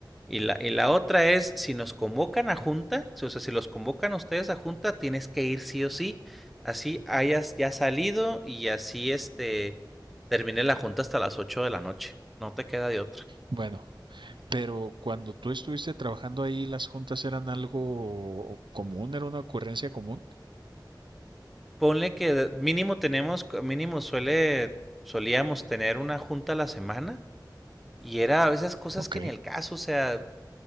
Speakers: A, in the centre; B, on the right (about 80°).
A: Y la, y la otra es, si nos convocan a junta, si, o sea, si los convocan a ustedes a junta, tienes que ir sí o sí. Así hayas ya salido y así este, termine la junta hasta las 8 de la noche. No te queda de otra.
B: Bueno, pero cuando tú estuviste trabajando ahí, ¿las juntas eran algo común? ¿Era una ocurrencia común?
A: Ponle que mínimo tenemos, mínimo suele, solíamos tener una junta a la semana y era a veces cosas
B: Ok,
A: que ni el caso, o sea,